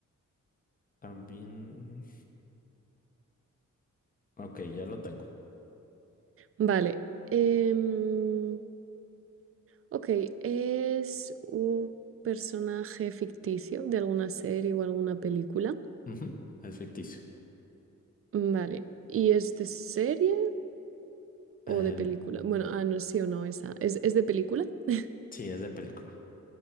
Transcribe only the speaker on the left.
También. Ok, ya lo tengo.
Ujú, Es ficticio.
Eh,
sí, es de película.